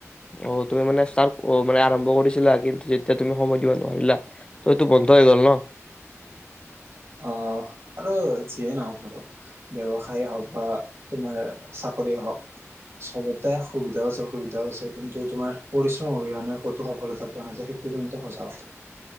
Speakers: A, on the left; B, on the right.
A: অ' তুমি মানে তাৰ অ' মানে আৰম্ভ কৰিছিলা। কিন্তু যেতিয়া তুমি সময় দিব নোৱাৰিলা ত' এইটো বন্ধ হৈ গল ন?
B: অ' আৰু যিয়ে নহওঁক বাৰু, ব্যৱসায় হওঁক বা তোমাৰ চা কৰি হওঁক সবতে সুবিধাও আছে অসুবিধাও আছে। কিন্তু তোমাৰ পৰিশ্ৰম অবিহনে ক'তো সফলতা পোৱা নাযায় সেইটো কিন্তু সঁচা কথা।